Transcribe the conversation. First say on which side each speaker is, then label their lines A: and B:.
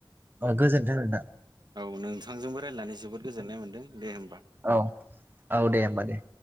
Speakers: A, on the right; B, on the right.
A: ओ गोजोन्थों नोंथां।
B: औ नोंथांजोंबो रायलायनानै जोबोद गोजोननाय मोन्दों दे होनबा।
A: औ औ दे होनबा दे।